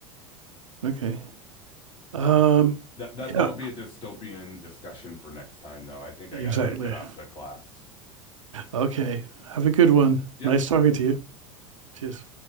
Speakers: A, on the right (about 80°); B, on the left (about 35°).
A: Okay. Um,
B: Well, that that
A: yeah,
B: that'll be a dystopian discussion for next time, though. I think I
A: exactly.
B: gotta get off to class.
A: Okay. Have a good one.
B: Yep.
A: Nice talking to you. Cheers.